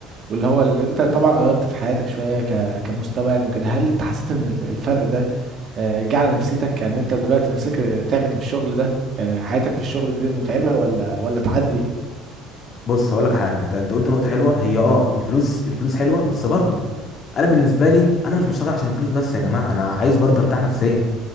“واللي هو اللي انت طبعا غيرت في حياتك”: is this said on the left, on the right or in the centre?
Right